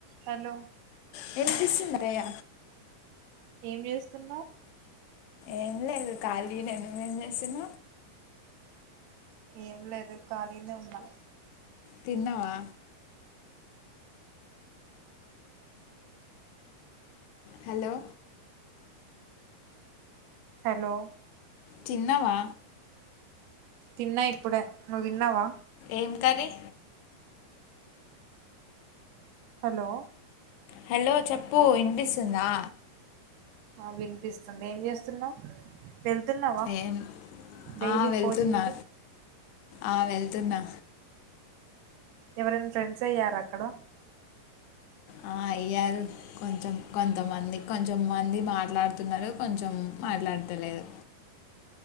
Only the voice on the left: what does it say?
వినిపిస్తుంది అత్తయ్య
ఏం లేదు ఖాళీ నేను ఏం చేసిన.
తిన్నావా. హలో
చిన్నవా
ఏం కర్రీ?
హలో చెప్పు ఇనిపిస్తుందా?
ఏం
ఆ, వెళ్తున్నా
ఆ వెళ్తున్నా
ఆ, అయ్యారు కొంచెం కొంతమంది. కొంచెంమంది మాట్లాడుతున్నారు, కొంచెం మాట్లాతలేదు.